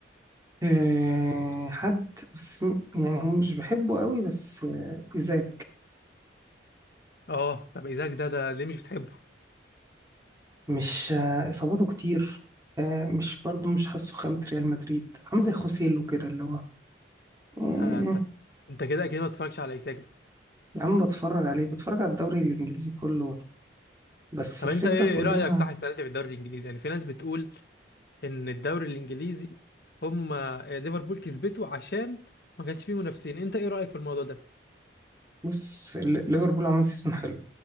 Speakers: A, on the right; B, on the left.
A: آه، حد بس م- يعني هم مش بيحبوا قوي بس آه، إيزاك
B: اه طب ايزاك ده ده ليه مش بتحبه
A: مش آه، إصاباته كتير آه، مش برضه مش حاسه خامة ريال مدريد عامل زي خوسيلو كده اللي هو آه،
B: لا لا انت انت كده اكيد ما بتتفرجش على ايزاك ده
A: يا عم بتفرج عليه بتفرج على الدوري الإنجليزي كله بس
B: طب
A: الفكرة
B: انت ايه
A: كلها
B: ايه رأيك صح السنة دي في الدوري الانجليزي يعني في ناس بتقول ان الدوري الانجليزي هم ليفربول كسبته عشان ما كانش فيه منافسين انت ايه رأيك في الموضوع ده
A: بص ال- ليفربول عمل سيزون حلو